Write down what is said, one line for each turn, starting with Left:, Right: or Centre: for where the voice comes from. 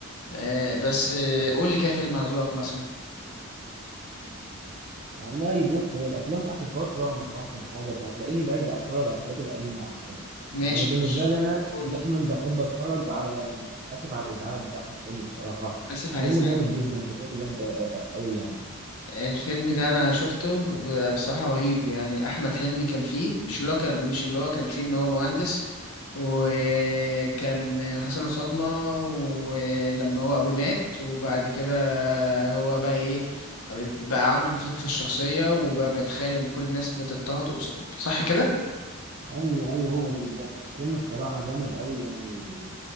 Left: آه بس آه قول لي كده فيلم على ذوقك مثلا
Right: والله بص هي الافلام اخر فتره مش احسن حاجه فهتلاقيني برجع اتفرج على الحاجات القديمه احسن
Left: ماشي
Right: يعني بالنسبه
Left: ماشي
Right: لي انا
Left: قول
Right: دايما
Left: لي
Right: بحب اتفرج على اسف على الازعاج بتاع احمد حلمي بصراحه
Left: اسف على
Right: فيلم
Left: الازعاج
Right: جامد جدا فكرته جامده قوي يعني
Left: الفيلم ده انا شفته بصراحة رهيب يعني احمد حلمي كان فيه مش اللي هو كان مش اللي هو كان فيه ان هو مهندس وكان حصل له صدمة ولما هو ابوه مات وبعد كده هو بقى ايه بقى عنده انفصام في الشخصية وبقى بيتخيل ان كل الناس بتضطهد صح كده؟
Right: ايوه ايوه هو ده بالظبط الفيلم بصراحه جامد قوي يعني